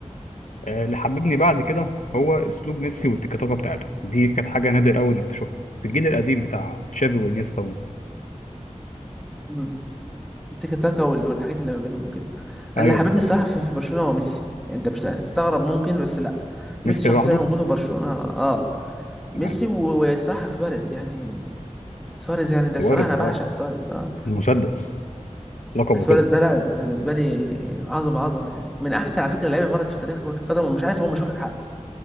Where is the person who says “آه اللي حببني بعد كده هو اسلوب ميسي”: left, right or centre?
Left